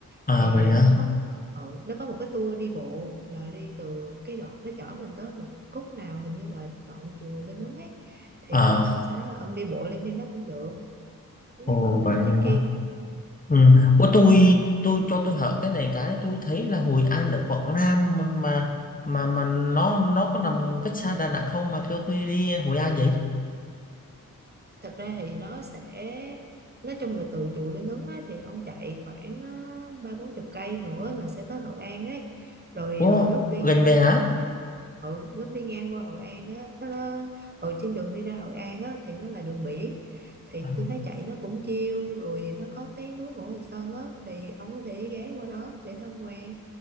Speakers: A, on the left; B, on the right.
A: à
B: thì
A: vậy
B: ờ,
A: hả
B: nó có ờ, nó có một cái tour đi bộ là đi từ cái đoạn nó chở mình tới một khúc nào hình như là đoạn chùa Linh Ứng ấy thì
A: à
B: ông sau đó là ông đi bộ lên trên đó cũng được nếu
A: ồ
B: như mà ông
A: vậy
B: thích
A: hả
B: trekking
A: ừ.
B: ờ,
A: Ủa tôi tôi cho tôi hỏi cái này cái tôi thấy là Hội An ở Quảng Nam mà mà mà nó nó có nằm cách xa Đà Nẵng không mà kêu tôi đi Hội An vậy
B: thật ra thì nó sẽ nói chung là từ chùa Linh Ứng á, thì ông chạy khoảng ờ, ba bốn chục cây nữa là sẽ tới Hội An ấy rồi
A: Ủa,
B: ờ, lúc đi
A: gần về hả?
B: ừ lúc đi ngang qua Hội An á nó, nó ở trên đường đi ra Hội An á thì nó là đường biển thì
A: À,
B: tôi thấy chạy nó cũng chill rồi nó có cái núi Ngũ Hành Sơn á thì ông có thể ghé qua đó để tham quan